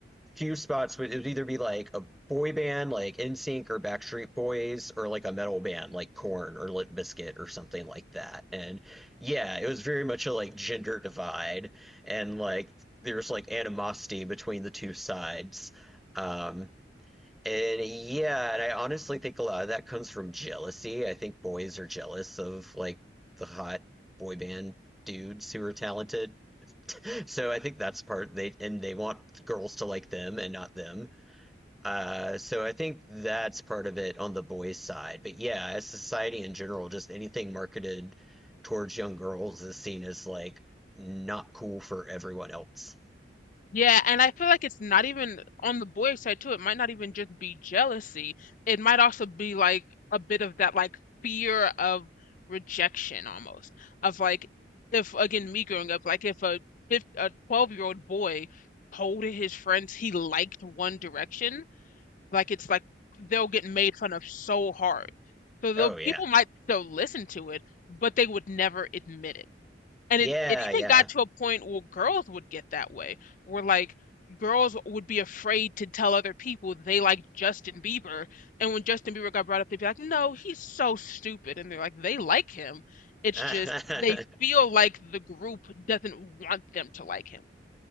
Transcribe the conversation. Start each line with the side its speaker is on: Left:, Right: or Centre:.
Centre: few spots where it would either be like a boy band like NSYNC or Backstreet Boys or like a metal band like Korn or Limp Bizkit or something like that. And yeah, it was very much a like gender divide and like there's like animosity between the two sides. Um, and yeah, and I honestly think a lot of that comes from jealousy. I think boys are jealous of like the hot boy band dudes who are talented. So I think that's part they and they want girls to like them and not them. Uh, so I think that's part of it on the boys' side. But yeah, as society in general, just anything marketed towards young girls is seen as like not cool for everyone else.
Left: Yeah, and I feel like it's not even on the boy side too. It might not even just be jealousy. It might also be like a bit of that like fear of rejection almost. Of like if again me growing up, like if a fif a 12-year-old boy told his friends he liked One Direction, like it's like they'll get made fun of so hard. So though
Centre: Oh yeah.
Left: people might still listen to it, but they would never admit it. And
Centre: Yeah,
Left: it it even
Centre: yeah.
Left: got to a point where girls would get that way, where like girls would be afraid to tell other people they like Justin Bieber, and when Justin Bieber got brought up, they'd be like, "No, he's so stupid," and they're like, "They like him." It's
Centre: <laughs>
Left: just they feel like the group doesn't want them to like him.